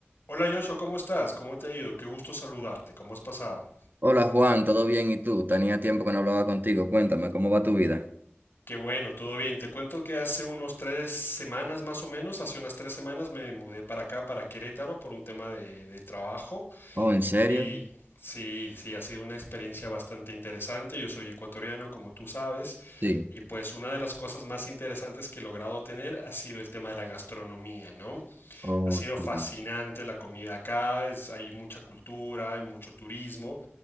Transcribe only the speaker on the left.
Hola Joshua, ¿cómo estás? ¿Cómo te ha ido? Qué gusto saludarte. ¿Cómo has pasado?
Qué bueno, todo bien. Te cuento que hace unos tres semanas más o menos, hace unas tres semanas me mudé para acá, para Querétaro, por un tema de, de trabajo.
Y sí, sí, ha sido una experiencia bastante interesante. Yo soy ecuatoriano, como tú sabes.
Y pues una de las cosas más interesantes que he logrado tener ha sido el tema de la gastronomía, ¿no?
Ha sido
fascinante la comida acá, es- hay mucha cultura, hay mucho turismo,